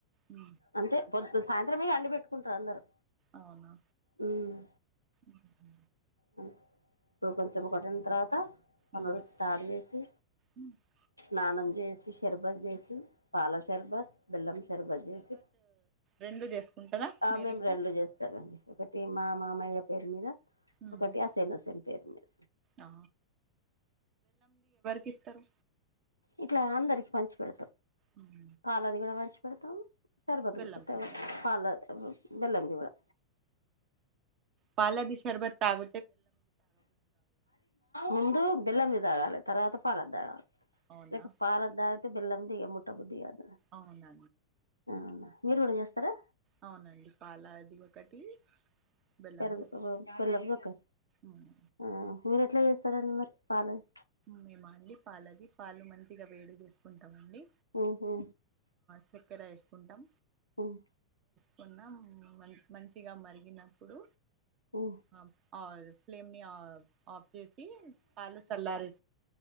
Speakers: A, on the right; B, on the left.
A: ఉ
B: అంతే పొద్దు సాయంత్రమే అండి పెట్టుకుంటారు అందరు
A: అవునా
B: ఉమ్
A: ఉమ్హు,
B: అ ఇప్పుడు కొంచెం కొట్టిన తర్వాత పనులు
A: ఉమ్,
B: స్టార్ చేసి
A: ఉమ్.
B: స్నానం చేసి షర్బత్ చేసి పాల షర్బత్ బెల్లం షర్బత్ చేసి
A: రెండు చేసుకుంటారా
B: ఆ
A: మీరు
B: మేము
A: ఇంకా
B: రెండు చేస్తామండి ఒకటి మా మామయ్య పేరు మీద
A: ఉమ్హు,
B: ఒకటి ఆసేన్ హుసేన్ పేరు మీద
A: ఆ. కిస్తారా
B: ఇట్లా అందరికి పంచి పెడతాం
A: ఉమ్,
B: పాలది కూడా పంచి పెడతాం షర్బత్
A: బెల్లం
B: తింటారు
A: పిల్ల.
B: పాలు తాగుతారు బెల్లం ది కూడా
A: పాలది శర్బత్ తాగ్
B: ముందు బెల్లం ది తాగాలి తర్వాత పాలది
A: అవునా
B: లేక పాలక్ తాగితే బెల్లం ది మొట్టబుద్ధి కాదు
A: అవున
B: అవునా మీరు కూడా చేస్తారా
A: అవునండి పాలాది ఒకటి బెల్లంది
B: పెరుగు
A: ఒకటి.
B: గుల్లబు ఒక
A: ఉమ్.
B: ఆ మీరు ఎట్లా చేస్తారండి మరి పాలు లది
A: మే మాండి పాలది పాలు మంచిగా వేడి వేసుకుంటా మండే
B: ఉహు
A: చక్కెర వేసుకుంటాం
B: ఓహ్
A: పొన్నం మంచిగా మరిగినప్పుడు
B: ఉ
A: ఫ్లేమ్ ఆఫ్ ఫ్లేమ్ ని ఆఫ్ చేసి పాలు చల్లారే